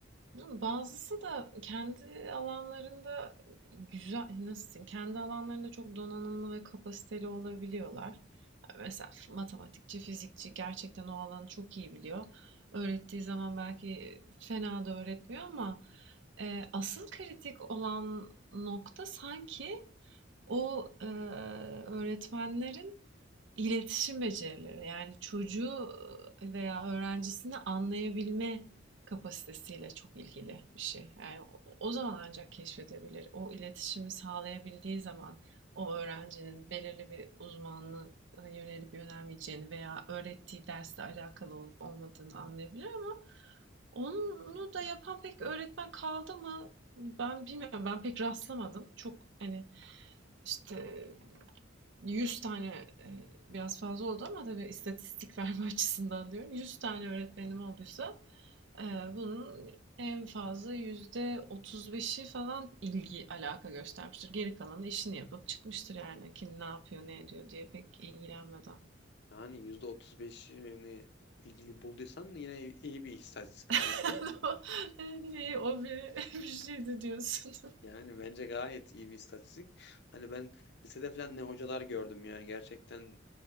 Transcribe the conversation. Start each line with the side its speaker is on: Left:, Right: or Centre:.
Right: Bazısı da kendi alanlarında güzel, nasıl diyeyim, kendi alanlarında çok donanımlı ve kapasiteli olabiliyorlar. Yani Mesela matematikçi, fizikçi gerçekten o alanı çok iyi biliyor. Öğrettiği zaman belki fena da öğretmiyor ama e, asıl kritik olan nokta sanki o e, öğretmenlerin İletişim becerileri, yani çocuğu veya öğrencisini anlayabilme kapasitesiyle çok ilgili bir şey. Yani o zaman ancak keşfedebilir. O iletişimi sağlayabildiği zaman o öğrencinin belirli bir uzmanlığa yönelip yönelmeyeceğini veya öğrettiği dersle alakalı olup olmadığını anlayabilir ama onu da yapan pek öğretmen kaldı mı? Ben bilmiyorum. Ben pek rastlamadım. Çok hani işte 100 tane, e, biraz fazla oldu ama tabii istatistik <laughs> verme açısından diyorum. 100 tane öğretmenim olduysa, e, bunun en fazla %35'i falan ilgi, alaka göstermiştir. Geri kalanı işini yapıp çıkmıştır yani. Kim ne yapıyor, ne ediyor diye pek ilgilenmeden.
Left: Yani yüzde otuz beşini ilgili bulduysan yine iyi bir istatistik bence.
Right: <laughs> Yani o bir, <laughs> bir şeydi diyorsun.
Left: Yani bence gayet iyi bir istatistik. Hani ben lisede falan ne hocalar gördüm yani gerçekten